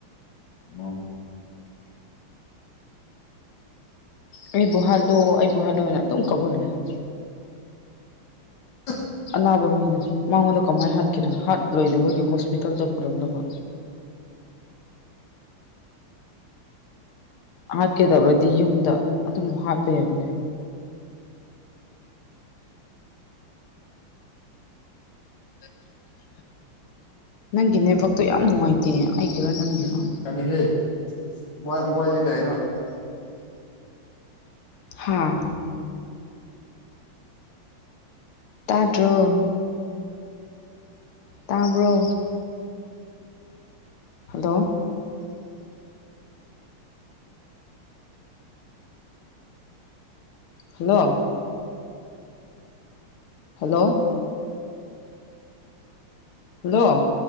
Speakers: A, on the left; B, on the left.
A: ꯎꯝ꯫
B: ꯑꯩꯕꯨ ꯍꯥꯠꯂꯣ ꯑꯩꯕꯨ ꯍꯥꯠꯂꯣꯅ ꯑꯗꯨꯝ ꯀꯞꯔꯒ ꯂꯩꯌꯦ꯫
A: <inaudible> <unintelligible>
B: ꯑꯅꯥꯕ ꯃꯤꯗꯣ ꯃꯉꯣꯟꯗ ꯀꯃꯥꯏꯅ ꯍꯥꯠꯀꯦꯔꯦ ꯍꯥꯠꯂꯣꯏꯗꯕꯒꯤ ꯍꯣꯁꯄꯤꯇꯥꯜꯗ ꯄꯨꯔꯝꯗꯕ꯫ ꯍꯥꯠꯀꯦꯗꯧꯔꯗꯤ ꯌꯨꯝꯗ ꯑꯗꯨꯝ ꯍꯥꯠꯄ ꯌꯥꯕꯅꯦ꯫ <unintelligible> ꯅꯪꯒꯤ ꯅꯦꯛ ꯋꯥꯛꯇꯣ ꯌꯥꯝ ꯅꯨꯡꯉꯥꯏꯇꯦꯌꯦ ꯑꯩꯒꯤꯔꯣ ꯅꯪꯒꯤꯔꯣ꫰꫰
A: ꯍꯦꯟꯂꯤ ꯃꯣꯏ ꯃꯣꯏꯗꯤ ꯀꯩꯅꯣ
B: ꯍꯥꯥ ꯇꯥꯗ꯭ꯔꯣ ꯇꯥꯕ꯭ꯔꯣ ꯍꯜꯂꯣ ꯍꯜꯂꯣ ꯍꯜꯂꯣ ꯍꯜꯂꯣ